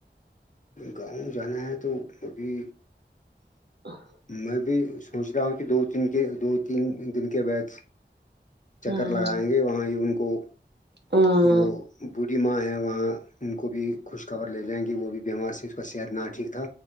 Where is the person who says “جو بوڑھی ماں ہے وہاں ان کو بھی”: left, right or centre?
Left